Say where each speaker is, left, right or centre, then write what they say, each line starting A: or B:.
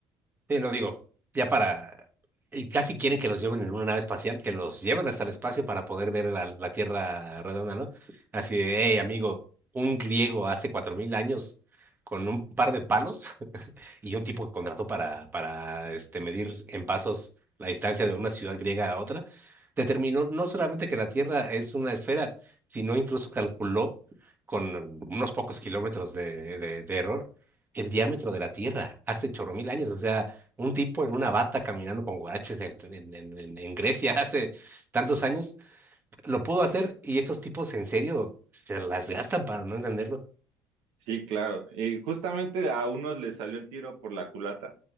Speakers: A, on the right; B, on the right.
A: Sí, no digo, ya para... Y casi quieren que los lleven en una nave espacial, que los lleven hasta el espacio para poder ver la, la Tierra redonda, ¿no? Así de, hey, amigo, un griego hace cuatro mil años con un par de palos y un tipo que contrató para, para este, medir en pasos la distancia de una ciudad griega a otra, determinó no solamente que la Tierra es una esfera, sino incluso calculó con unos pocos kilómetros de, de, de error el diámetro de la Tierra hace chorro mil años. O sea, un tipo en una bata caminando con guaraches en, en, en, en en Grecia <laughs> hace tantos años lo pudo hacer y estos tipos en serio se las gastan para no entenderlo
B: Sí, claro. Y justamente a unos les salió el tiro por la culata.